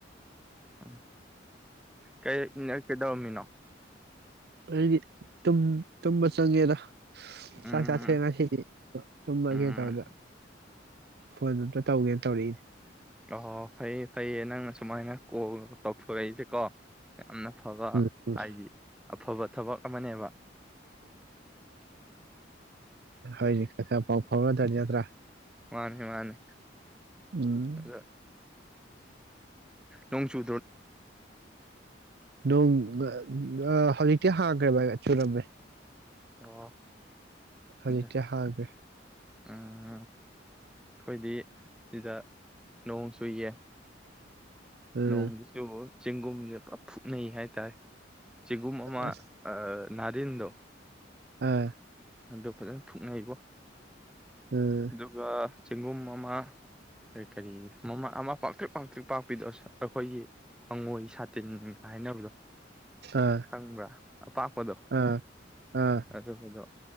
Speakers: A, in the centre; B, on the right.
A: ꯎꯝ ꯑꯦ ꯀꯩꯗꯧꯔꯝꯃꯤꯅꯣ
B: ꯑꯩꯗꯤ ꯇꯨꯝꯕ ꯆꯪꯉꯦꯗ
A: ꯎꯝ
B: ꯆꯥꯛ ꯆꯥꯕ ꯊꯦꯡꯉꯦ ꯉꯁꯤꯗꯤ ꯇꯨꯝꯃꯒꯦ
A: ꯎꯝ
B: ꯇꯧꯕ ꯐꯣꯟꯗꯨ ꯑꯝꯇ ꯇꯧꯒꯦꯅ ꯇꯧꯔꯛꯏꯁ
A: ꯑꯣ ꯐꯩꯌꯦ ꯐꯩꯌꯦ ꯅꯪ ꯑꯁꯨꯨꯃꯥꯏꯅ ꯀꯣꯜ ꯇꯧꯊꯣꯔꯛꯏꯁꯦ ꯀꯣ ꯌꯥꯝꯅ ꯐꯕ
B: ꯎꯝ ꯎꯝ
A: ꯍꯥꯏꯗꯤ ꯑꯐꯕ ꯊꯕꯛ ꯑꯃꯅꯦꯕ
B: ꯍꯧꯖꯤꯛ ꯈꯔ ꯈꯔ ꯄꯥꯎ ꯐꯥꯎꯅꯗ꯭ꯔꯗꯤ ꯅꯠꯇ꯭ꯔꯥ
A: ꯃꯥꯅꯤ ꯃꯥꯅꯤ
B: ꯎꯝ
A: ꯑꯗꯣ ꯅꯣꯡ ꯆꯨ
B: ꯅꯣꯡ ꯑ ꯍꯧꯖꯤꯛꯇꯤ ꯍꯥꯡꯈ꯭ꯔꯦ ꯚꯥꯏ ꯆꯨꯔꯝꯃꯦ
A: ꯑꯣ
B: ꯑꯗꯨꯖꯤꯇ
A: ꯎꯝ
B: ꯍꯥꯏꯒ꯭ꯔꯦ
A: ꯑꯩꯈꯣꯏꯗꯤ ꯁꯤꯗ ꯅꯣꯡ ꯆꯨꯏꯌꯦ
B: ꯎꯝ
A: ꯅꯣꯡꯃꯗꯁꯨꯣ ꯆꯦꯡꯒꯨꯝꯁꯦ ꯄꯞ ꯐꯨꯛꯅꯩ ꯍꯥꯏꯇꯥꯔꯦ ꯁꯤꯒꯨꯝ ꯑꯃ
B: ꯑꯁ
A: ꯑꯃ ꯅꯥꯔꯤꯟꯗꯣ
B: ꯎꯝ
A: ꯑꯗꯣ ꯐꯖꯅ ꯊ ꯊꯣꯛꯅꯩꯀꯣ
B: ꯎꯝ
A: ꯑꯗꯨꯒꯒꯥ ꯆꯦꯡꯒꯨꯝ ꯑꯃ ꯀꯔꯤ ꯃꯃ ꯑꯃ ꯄꯥꯛꯇ꯭ꯔꯤꯛ ꯄꯥꯛꯇ꯭ꯔꯤꯛ ꯄꯥꯛꯄꯤꯗꯣ ꯑ ꯑꯩꯈꯣꯏꯒꯤ ꯄꯪꯉꯣꯏ ꯁꯥꯇꯤꯟꯒ ꯍꯥꯏꯅꯕꯗꯣ
B: ꯑꯥ
A: ꯁꯪꯕ꯭ꯔꯥ ꯑꯄꯥꯛꯄꯗꯣ
B: ꯑꯥ ꯑꯥ
A: ꯑꯗꯨꯄꯗꯣ